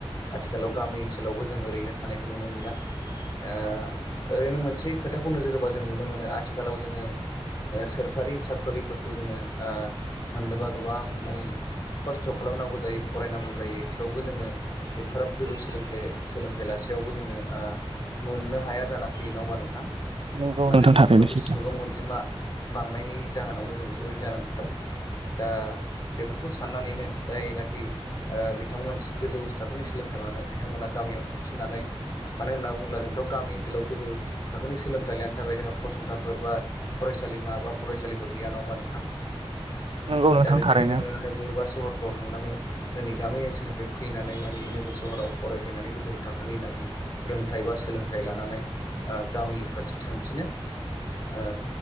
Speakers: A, on the left; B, on the right.
A: आथिखालाव गामि ओनसोलावबो जों ओरैनो थानायखौ नुनो मोनला ओ ओरैनो मोनसे खोथाखौ नोजोर होबा जों नुनो मोनो आथिखालाव जोङो ओ सोरखारि साख्रिफोरखौ जोंङो ओ मोननोबा गोबां मानि खस्थ खालामनांगौ जायो फरायनांगौ जायो थेवबो जोंङो एफाराब गोजौ सोलोंथाइ सोलोंथाइ लास सेयावबो ओ जोंङो मोननो हाया जाना फैयो नंङा होमबा नोंथां?
B: नंगौ
A: मानो
B: नोंथां
A: होनना
B: थारैनो
A: बुंङोब्ला
B: नंगौ नोंथां थारैनो
A: बे
B: सैथो
A: सुबुं अनजिमा बांनायनि जाहोनानो जों बेफोरबादि जालांजोबबाय। दा बेफोरखौ साननानैनो जायनाखि ओ बिथांमोन गोजौ सोलोंथाइ लानाय बिथांमोना गामियाव थांफनानै मानो होननानै बुंब्ला जों गामि ओनोलाव गोजौ थाखोनि सोलोंथाइ लानो थाखाय जोंहा फसंथानफोर बा फरायसालिमा बा फरायसालिफोर गैया नङा होनबा नों थां?
B: नंगौ नोंथां
A: दा बेखायनो
B: थारैनो
A: जोङो नोगोर बा सहरफ्राव थांनानै जोंनि गामि ओनसोलनिफ्राय फैनानै माने नोगोर सहराव फरायफैनानै गोजौ थाखोनि नाखि रोंथाय एबा सोलोंथाइ लानानै ओ गामि फारसे थांफिनो। ओ